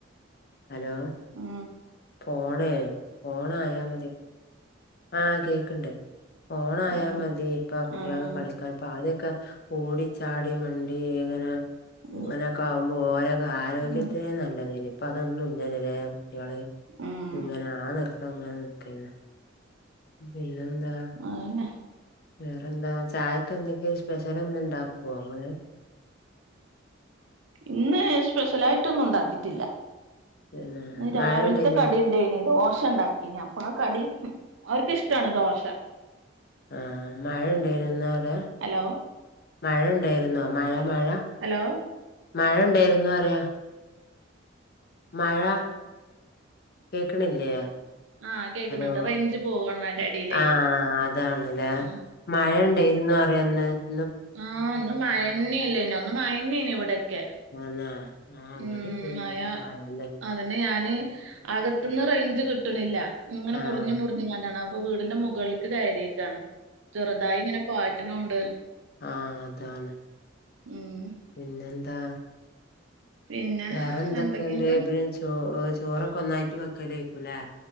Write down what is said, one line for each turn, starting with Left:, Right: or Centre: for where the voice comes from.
Left: ഹലോ
Right: ആ,
Left: ഫോണ് ഫോണ ആയാമതി ആ, കേക്കണ് ണ്ട്. ഫോണ ആയാാൽ
Right: ഉം
Left: മതി ഇപ്പ കുട്ടികളക്കെ
Right: ആഹ്
Left: കളി അപ്പോ അതൊക്കെ ഓടിച്ചാടി മണ്ടി ഇങ്ങനെ
Right: ഉം
Left: ഇങ്ങനെയൊക്കെ ആകുമ്പോ ലെ ആരോഗ്യത്തിന്
Right: ഉം
Left: നല്ലതായിന് ഇപ്പൊ അതൊന്നും ഇല്ലല്ലല്ലേ കുട്ടിക
Right: ഉം
Left: ഇങ്ങനെ ആ നിൃത്തം അങ്ങനെ നക്കുന്ന പിന്നെന്താ
Right: അതന്നെ
Left: വേറെന്താ ചായക്കെ എന്തെങ്കിലും സ്പെഷ്യൽ എന്തെങ്കിലും ഇണ്ടാക്കുവോ ഇങ്ങൾ
Right: ഇന്ന് സ്പെഷ്യല ആായിട്ടൊന്നും ഉണ്ടാക്കിയിട്ടില്ല
Left: പിന്നെ
Right: ഇന്ന് രാവിലത്തെ
Left: മഴ ഉണ്ടേനോ
Right: കടിണ്ടായിനി ദോഷ ഇണ്ടാ ഇനി അപ്പൊ ആ കടി അവർക്കിഷ്ടാണ് ദോശ
Left: ആ മഴ ഉണ്ടായിനിയോ അവിടെ
Right: ഹലോ
Left: മഴ ഉണ്ടായിരുന്നോ മഴ മഴ
Right: ഹലോ
Left: മഴ ഉണ്ടായിരുന്നുന്ന് പറയാ മഴ കേക്കണില്ലേ
Right: ആഹ് കേക്കണണ്ട്
Left: ഹലോ
Right: റേഞ്ച് പോവാണ് അതിന്റെ എടയിലേ
Left: ആഹ അതാണില്ല
Right: ഉം
Left: മഴ ഉണ്ടായിരുന്നൊ അന്ന്
Right: ആഹ ഇന്ന് മഴന്നെനി ഇന്ന് മഴന്നെനി ഇവിടൊക്കെ
Left: തന്നെ ആ
Right: ഉം
Left: ഇവിടേം ണ്ടായിനി
Right: മഴ
Left: നല്ല മഴക്കെ
Right: അതന്നെ ഞാന് അകത്തന്ന് റേഞ്ച് കിട്ടണില്ല ഇങ്ങനെ
Left: ആഹ്
Right: മുറിഞ്ഞഞ് മുറി ങ്ങാണ്ടാണ് അപ്പൊ വീടിന്റെ മുകൾക്ക് കയറിയാക്കാന് ചെറുതായി ഇങ്ങനെ പാറ്റണ് ണ്ട്
Left: ആഹ അതാണ്
Right: ഉം
Left: പിന്നെന്താ
Right: പിന്നെ
Left: വേറെ എന്തൊക്കെയുണ്ട്
Right: എന്തൊക്കെന്ന്ട്ട്
Left: പിന്നെ ചോ ചോറൊക്കെ ഒന്നായിട്ട് വെക്കലക്കൂലേ